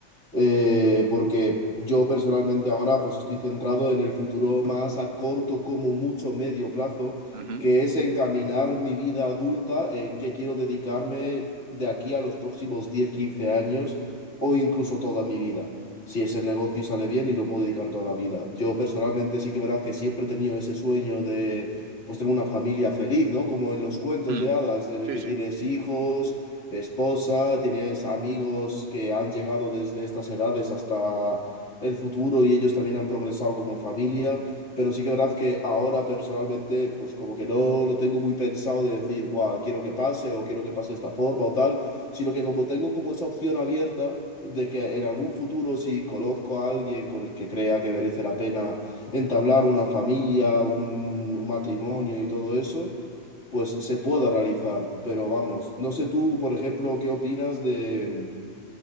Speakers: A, on the left; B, on the right.
A: eh, porque yo personalmente ahora pues estoy centrado en el futuro más a corto como mucho medio plazo,
B: Ujú.
A: que es encaminar mi vida adulta en qué quiero dedicarme de aquí a los próximos diez quince años o incluso toda mi vida. Si es el negocio y sale bien y lo puedo dedicar toda la vida. Yo personalmente sí que verás que siempre he tenido ese sueño de pues tener una familia feliz, ¿no? Como en los cuentos
B: Mm.
A: de hadas, de
B: Sí,
A: que
B: sí.
A: tienes hijos esposa, tienes amigos que han llegado desde estas edades hasta el futuro y ellos también han progresado como familia, pero sí que es verdad que ahora personalmente, pues como que no lo tengo muy pensado de decir, Buah, quiero que pase o quiero que pase de esta forma o tal, sino que como tengo como esa opción abierta de que en algún futuro si conozco a alguien con el que crea que merece la pena entablar una familia, un, un matrimonio y todo eso, pues se pueda realizar. Pero vamos, no sé tú, por ejemplo, qué opinas de,